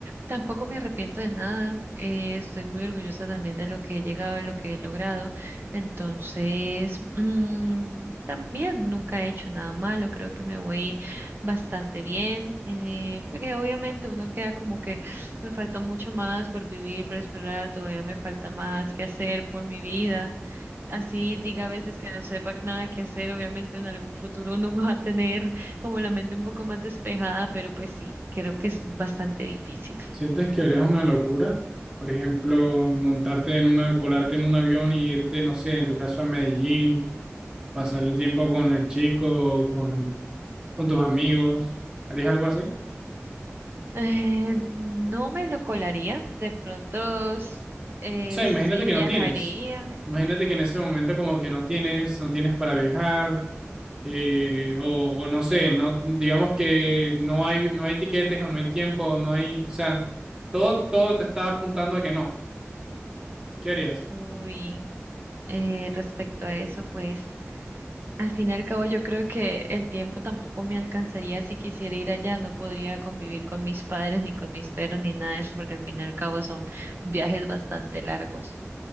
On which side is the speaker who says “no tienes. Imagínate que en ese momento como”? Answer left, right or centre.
Right